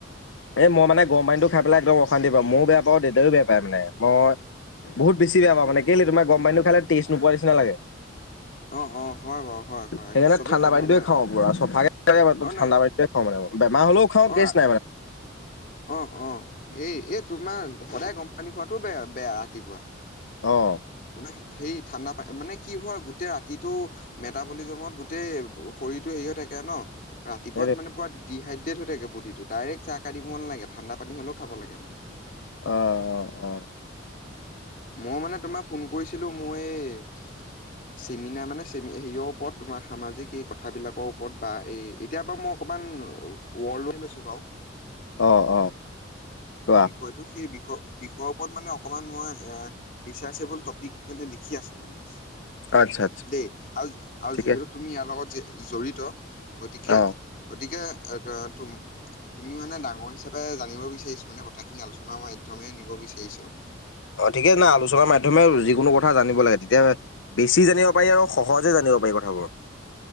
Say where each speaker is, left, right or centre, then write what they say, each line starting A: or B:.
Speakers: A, on the left; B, on the left.
A: এই মই মানে গৰম পানীটো খাই পেলাই একদম অশান্তি পাওঁ ময় বেয়া পাওঁ দেউাইও বেয়া পায় মানে মই বহুত বেছি বেয়া পাও মানে কেলে তোমাৰ গম পাইো খালে টেষ্ট নোপোৱা নিচি লাগে।
B: অ, অ, হয় বাৰু হয়। হয়
A: সেইকাৰণে
B: চবেই
A: ঠাণ্ডা
B: খাব
A: পানীটোৱ
B: নোৱাৰে
A: খাওঁ পুৰা চফাকে
B: অ
A: ঠাণ্ডা
B: নাই
A: পানীোৱ খাওঁ মানে বেমাৰ হলেও খাওঁ
B: অ ৰা
A: কেে নাই মানে।
B: অ, অ, এই এই তোমাৰ সদায় গম পানী খোৱাটোৱো বেয়া বেয়া ৰাতিপুৱা।
A: অ,
B: তোমাৰ সেই ঠাণ্ডা প মানে কি হয় গোটেই ৰাতিটো মেটাবলিজমত গোটেই শৰীৰটো হেৰি হৈ থাকে ন, ৰাতিপুৱা
A: সেইটোৱে
B: মানে পৰা ডিহাইড্ৰেট হৈ থাকে বড টো ডাইৰে্ট চাহ কাটিব নালে ঠাণ্ডা পানী হলেওাব লাগে মানে।
A: অ, অ
B: মই মানে তোমাৰ ফোন কৰিছিলোঁ মই এই চিমিনা মানে চ হেৰিয়ৰ ওপৰত তোমাৰ সামাজিক এই কথাবিলাকৰ ওপৰত বা এই এতিয়া বাৰু মই অকণমান ৱৰ্ল্ডৱাইড লৈছোঁ বাৰু।
A: অ, অ, কোৱা।
B: হয়তো সেই বিষ-বিষয়ৰ ওপৰত মানে অকণমান মই এ, বিচাৰ চেবুল টপিক মানে লিখি আছোঁ মানে।
A: আচ্ছা আচ্ছা
B: দেই, আৰু-আৰু
A: ঠিকে
B: যিহেতু
A: আছে
B: তুমি ইয়াৰ লগত জ-জড়িত, গতিকে
A: অ'।
B: গতিকে, <inaudible> তুম-তুমি মানে ডাঙৰ হিচাপে জানিব বিচাৰিছোঁ, মানে কথাখিনি আলোচনা মাধ্যমে নিব বিচাৰিছোঁ।
A: অ, থিকেই না আলোচনাৰ মাধ্যমে যিকোনো কথা জানিব লাগে তেতিয়া বেছি জানিব পাৰি আৰু সহজে জানিব পাৰি কথাবোৰ।